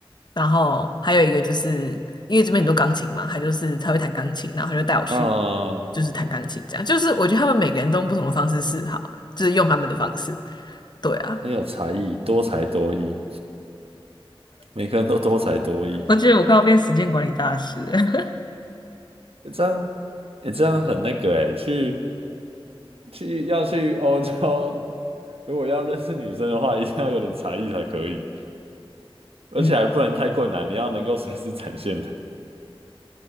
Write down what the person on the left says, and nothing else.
然后还有一个就是因为这边很多钢琴嘛，他就是他会弹钢琴，然后他就带我去
就是弹钢琴这样，就是我觉得他们每个人都用不同的方式示好，就是用他们的方式，对啊。
我觉得我快要变时间管理大师了。<laughs>
嗯，